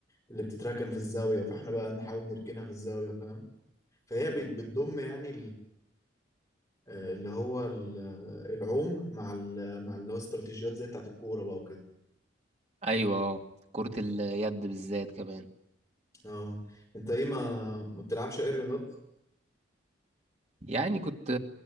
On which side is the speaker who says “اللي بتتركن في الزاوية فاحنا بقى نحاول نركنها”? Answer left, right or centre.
Left